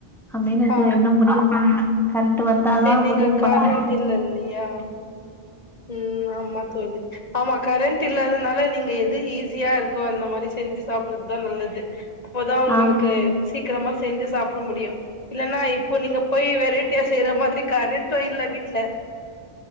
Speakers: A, in the centre; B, on the left (about 40°).
A: அப்டின் இருக்கு
B: ஆ
A: என்ன முடிவு பண்னு கரண்ட்டு வந்தாதா
B: நீங்க
A: முடிவு பண்ணுனு
B: கரண்ட் இல்ல இல்லையா ம் ஆமா தோழி ஆமா கரண்ட்டு இல்லாதனால நீங்க எது ஈஸியா இருக்கோ அந்த மாரி செஞ்சி சாப்பறதுதா நல்லது அப்போதா ஒங்களுக்கு
A: ஆமா
B: சீக்ரமா செஞ்சி சாப்ட முடியு இல்லன்னா இப்போ நீங்க போய் வெரைட்டியா செய்ற மாரி கரண்ட்டு இல்ல வீட்ல